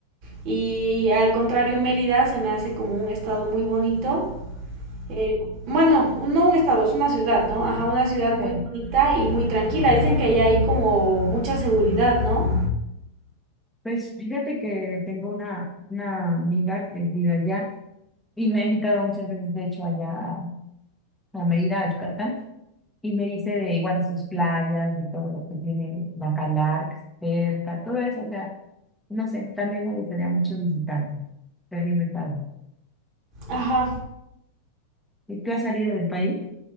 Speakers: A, on the right; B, in the centre.
A: Y al contrario, Mérida se me hace como un estado muy bonito. Eh, bueno, no un estado, es una ciudad, ¿no? Ajá, una ciudad muy
B: Sí.
A: bonita y muy tranquila. Dicen que allá hay como mucha seguridad, ¿no?
B: Pues fíjate que tengo una, una amiga que vive allá y me ha invitado muchas veces, de hecho, allá a Mérida, a Yucatán, y me dice de igual de sus playas, de todo lo que tiene Bacalar cerca, todo eso, o sea, no sé, también me gustaría mucho visitarlo, sería muy padre.
A: Ajá.
B: ¿Y tú has salido del país?